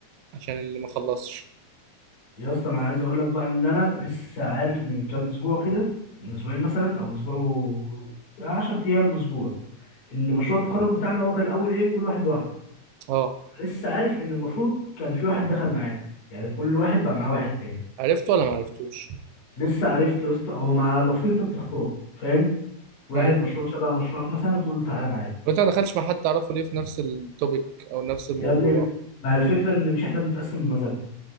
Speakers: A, on the right; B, on the left.
A: عشان اللي ما خلصش
B: يا اسطى انا عايز اقول لك بقى ان انا لسه عارف من كام اسبوع كده من اسبوعين مثلا او اسبوع و- 10 ايام اسبوع ان مشروع التخرج بتاعنا هو كان الاول ايه كل واحد لوحده
A: اه
B: لسه عارف ان المفروض كان في واحد دخل معانا يعني كل واحد بقى معاه واحد تاني
A: عرفته ولا ما عرفتوش
B: لسه عرفت يا اسطى هو مع المفروض انت بتختار فاهم واحد
A: امم
B: مشروع شبه مشروعك مثلا وتقول له تعالى معايا
A: وانت ما دخلتش مع حد تعرفه ليه في نفس التوبيك او نفس الموضوع
B: يا ابني مع الفكره ان مش احنا بنتقسم بمزاج